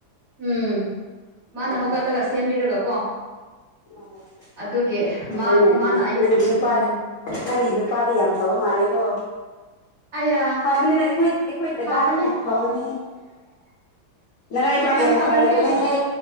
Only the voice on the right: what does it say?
ꯎꯝ ꯃꯥꯅ
ꯍꯧꯒꯠꯂꯒ ꯁꯦꯝꯕꯤꯔꯒꯀꯣ
ꯑꯗꯨꯒꯤ
ꯃꯥ
ꯃꯥꯅ ꯑꯌꯨꯛ
ꯎꯝ
ꯑꯌꯥ
ꯐꯕꯅꯦ
ꯌꯥꯝ ꯐꯕꯅꯦ